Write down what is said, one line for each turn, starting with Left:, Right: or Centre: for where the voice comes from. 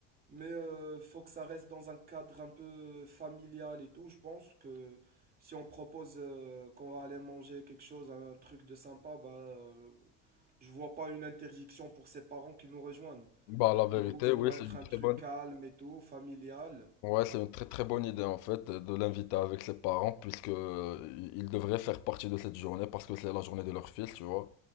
Right: mais euh, faut que ça reste dans un cadre un peu familial et tout. Je pense que si on propose euh, qu'on va aller manger quelque chose, un truc de sympa, bah, euh, je vois pas une interdiction pour ses parents qui nous rejoignent.
Left: Bah, la vérité,
Right: Du coup, ça
Left: oui,
Right: doit
Left: c'est
Right: être
Left: une
Right: un
Left: très
Right: truc
Left: bonne.
Right: calme et tout, familial.
Left: Ouais, c'est une très très bonne idée en fait de l'inviter avec ses parents puisque euh, ils devraient faire partie de cette journée parce que c'est la journée de leur fils, tu vois.